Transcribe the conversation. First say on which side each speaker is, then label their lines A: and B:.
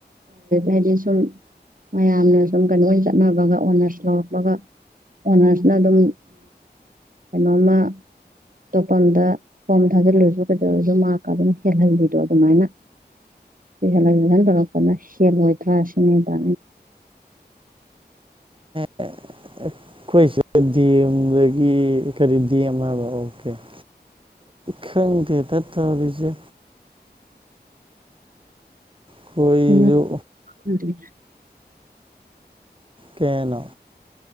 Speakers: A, on the right (about 55°); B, on the right (about 30°).
A: ꯍꯗꯁꯝ ꯃꯌꯥꯝꯅ ꯁꯨꯝ ꯀꯩꯅꯣ ꯑꯣꯏꯅ ꯆꯠꯅꯕꯒ ꯑꯣꯅꯔꯁ ꯂꯧꯔꯛꯄꯒ ꯑꯣꯅꯔꯁꯅ ꯑꯗꯨꯝ ꯀꯩꯅꯣꯝꯃ ꯑꯇꯣꯞꯄꯗ ꯍꯣꯝ ꯊꯥꯖꯤꯜꯂꯨꯔꯁꯨ ꯀꯩꯗꯧꯔꯁꯨ ꯃꯥꯀ ꯑꯗꯨꯝ ꯍꯦꯜꯍꯜꯂꯤꯗꯣ ꯑꯗꯨꯃꯥꯏꯅ ꯁꯂ ꯀꯅ ꯁꯤꯂꯣꯏ ꯊꯁ ꯔ
B: ꯍ ꯑꯩꯈꯣꯏꯁꯦ ꯗꯤꯦꯝꯗꯒꯤ ꯀꯔꯤ ꯗꯤꯦꯝ ꯍꯥꯏꯕ ꯑꯣꯀꯦ ꯑ ꯈꯪꯗ ꯇ ꯇꯕꯤꯁꯦ ꯑꯩꯈꯣꯏꯁꯨ
A: ꯎꯝ
B: ꯀꯦꯅ